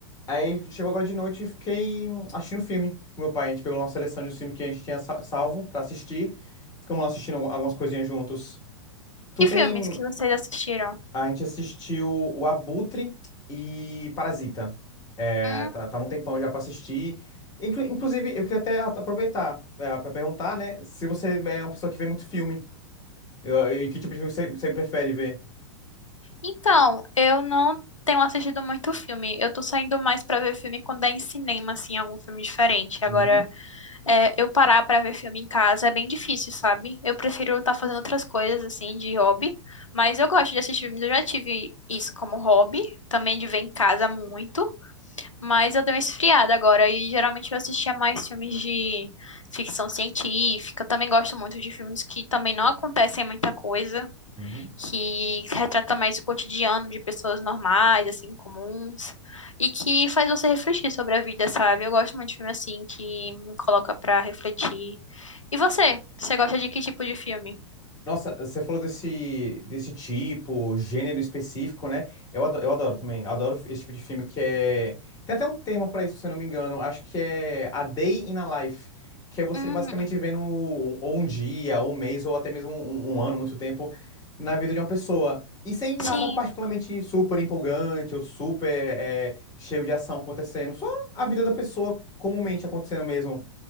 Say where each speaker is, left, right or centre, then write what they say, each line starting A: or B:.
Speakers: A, on the left (about 20°); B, on the left (about 75°).
A: Aí chegou agora de noite e fiquei hum, assistindo filme com meu pai. A gente pegou lá uma seleção de um filme que a gente tinha sa- salvo pra assistir. Ficamos lá assistindo algumas coisinhas juntos. Tu
B: Que
A: tem
B: filmes que vocês assistiram?
A: A gente assistiu o Abutre e Parasita. É,
B: Hum.
A: tá- tava um tempão já pra assistir. Inclu- inclusive, eu queria até a- aproveitar é, para perguntar, né, se você é uma pessoa que vê muito filme Eu- eu- e que tipo de filme você, você prefere ver?
B: Então, eu não tenho assistido muito filme. Eu tô saindo mais pra ver filme quando é em cinema, assim, algum filme diferente.
A: Uhum,
B: Agora, é, eu parar pra ver filme em casa é bem difícil, sabe? Eu prefiro estar fazendo outras coisas, assim, de hobby. Mas eu gosto de assistir filmes. Eu já tive isso como hobby, também de ver em casa muito. Mas eu dei uma esfriada agora e geralmente eu assistia mais filmes de ficção científica. Eu também gosto muito de filmes que também não acontecem muita coisa,
A: uhum.
B: que retrata mais o cotidiano de pessoas normais, assim, comuns, e que faz você refletir sobre a vida, sabe? Eu gosto muito de filme assim que me coloca pra refletir. E você? Você gosta de que tipo de filme?
A: Nossa, você falou desse, desse tipo, gênero específico, né? Eu adoro, eu adoro também. Adoro esse tipo de filme que é. Tem até um termo pra isso, se eu não me engano. Acho que é A Day in a Life. Que é você
B: Hum,
A: basicamente vendo ou um dia, ou um mês, ou até mesmo um, um ano, muito tempo, na vida de uma pessoa. E sem nada
B: sim.
A: particularmente super empolgante ou super é, cheio de ação acontecendo. Só a vida da pessoa comumente acontecendo mesmo.